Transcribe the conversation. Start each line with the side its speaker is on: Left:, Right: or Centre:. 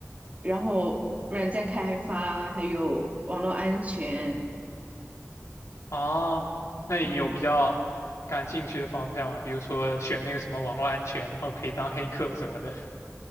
Right: 然后软件开发，还有网络安全。
Left: 哦，那你有比较感兴趣的方向吗？
Right: 嗯。
Left: 比如说选那个什么网络安全，然后可以当黑客什么的。